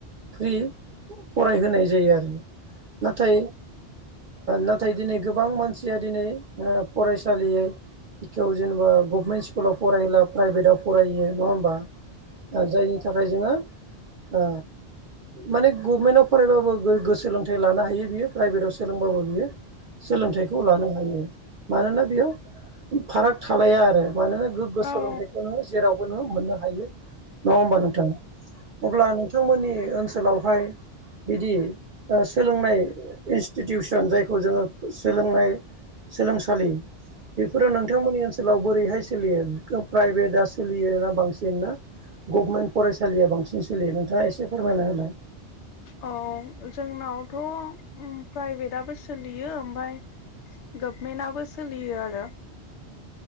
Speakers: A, on the right (about 55°); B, on the left (about 85°).
A: फ्रि फरायहोनाय जायो आरो नाथाय नाथाय दिनै गोबां मानसि या दिनै फरायसालियाव जेनेबा गभमेन्ट स्कुलाव फरायब्ला प्राइभेटाव फरायो नङा होनबा जायनि थाखाय जोङो ओ माने गभमेन्टआव फरायबाबो गोगो सोलोंथाइ लानो हायो बियो प्राइभेटाव सोलोंबाबो बियो सोलोंथाइखौ लानो हायो मानोना बेयाव फाराग थालाया आरो मानोना गोग्गो सोलोंथाइखौ
B: औ
A: नों जेरावबोन नों मोननो हायो नङा होमबा नोंथां अब्ला नोंथांमोननि ओनसोलावहाय बिदि ओ सोलोंनाय इनसटिटिउसन जायखौ जोङो सोलोंनाय सोलोंसालि बेफोरो नोंथांमोननि ओनसोलाव बोरैहाय सोलियो प्राइभेटआ सोलियोना बांसिन ना गभमेन्ट फरायसालिया बांसिन सोलियो नोंथाङा एसे फोरमायना होनाय
B: औ जोंनावथ प्राइभेटआबो सोलियो ओमफ्राय गभमेन्टाबो सोलियो आरो